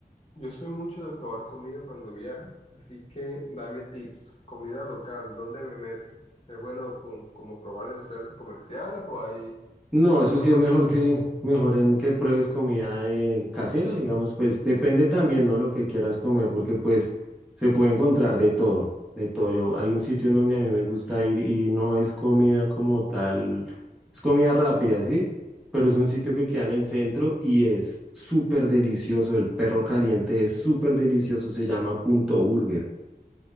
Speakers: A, on the left; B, in the centre.
A: yo soy mucho de probar comida cuando viajo, así que dame tips. Comida local, ¿dónde me meto? ¿Es bueno pum, como probar en los centros comerciales o ahí
B: No, eso
A: es mejor
B: sí es mejor
A: lugar?
B: que, mejor en que pruebes comida eh, casera, digamos, pues depende también, ¿no? Lo que quieras comer, porque pues se puede encontrar de todo, de todo. Yo, hay un sitio en donde a mí me gusta ir y no es comida como tal, es comida rápida, ¿sí? Pero es un sitio que queda en el centro y es súper delicioso. El perro caliente es súper delicioso, se llama Punto Burger.